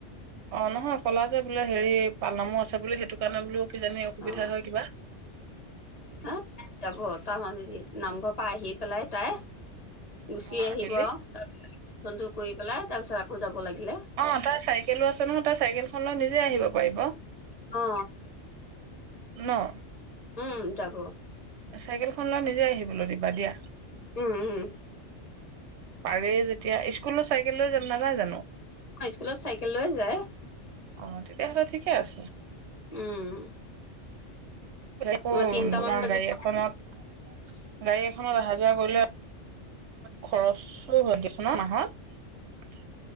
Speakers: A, on the right; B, on the left.
A: অ নহয় কলা যে বোলে হেৰি পাল নামো আছে বোলে সেইটো কাৰণে বোলো কিজানি অসুবিধা
B: অ
A: হয় কিবা
B: হা যাব <unintelligible> নামঘৰ পৰা আহি পেলাই তাই গুচি
A: অ
B: আহিব
A: আবেলি
B: আৰু তাৰপিছত ফোনটো কৰি পেলাই তাৰ পিছত বুজাব লাগিলে
A: অ তাৰ চাইকেলো আছে নহয় তাৰ চাইকেলখন লৈ নিজে আহিব পাৰিব।
B: অ
A: ন?
B: উম যাব
A: চাইকেলখন লৈ নিজে আহিবলৈ দিবা দিয়া।
B: উম উম
A: পাৰে যেতিয়া ইস্কুলো চাই গৈ যাম নাই জানো
B: অ স্কুলত চাইকেল লৈ যায়।
A: অ তেতিয়াহলে ঠিকে আছে।
B: উম
A: তোমাৰ
B: তিনটামান বাজিত
A: গাড়ী
B: পাই।
A: এখনত গাড়ী এখনত অহা যোৱা কৰিলে খৰচো হয় দিচোন ন মাহত।